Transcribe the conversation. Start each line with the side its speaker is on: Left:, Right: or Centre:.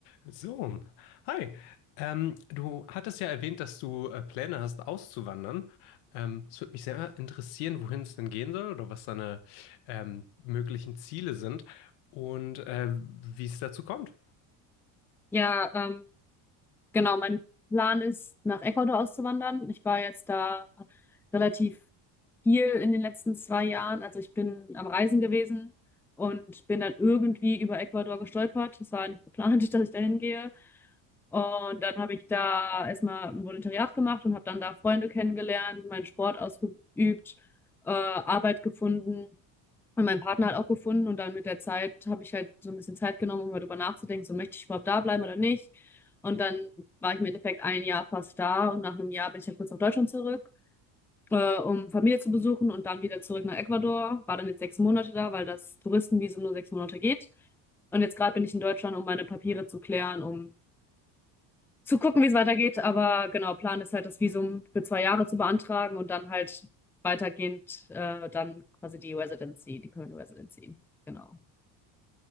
Left: So, hi. Ähm, du hattest ja erwähnt, dass du äh, Pläne hast, auszuwandern. Ähm, es würde mich sehr interessieren, wohin es denn gehen soll oder was deine ähm, möglichen Ziele sind und äh, wie es dazu kommt.
Centre: Ja, ähm, genau. Mein Plan ist, nach Ecuador auszuwandern. Ich war jetzt da relativ viel in den letzten zwei Jahren. Also ich bin am Reisen gewesen und bin dann irgendwie über Ecuador gestolpert. Das war nicht geplant, <laughs> dass ich da hingehe. Und dann habe ich da erstmal ein Volontariat gemacht und habe dann da Freunde kennengelernt, meinen Sport ausgeübt, äh, Arbeit gefunden. Und meinen Partner halt auch gefunden und dann mit der Zeit habe ich halt so ein bisschen Zeit genommen, um darüber nachzudenken, so möchte ich überhaupt da bleiben oder nicht. Und dann war ich im Endeffekt ein Jahr fast da und nach einem Jahr bin ich ja kurz nach Deutschland zurück, äh, um Familie zu besuchen und dann wieder zurück nach Ecuador. War dann jetzt sechs Monate da, weil das Touristenvisum nur sechs Monate geht. Und jetzt gerade bin ich in Deutschland, um meine Papiere zu klären, um zu gucken, wie es weitergeht. Aber genau, Plan ist halt, das Visum für zwei Jahre zu beantragen und dann halt weitergehend äh, dann quasi die Residency, die Permanent Residency. Genau.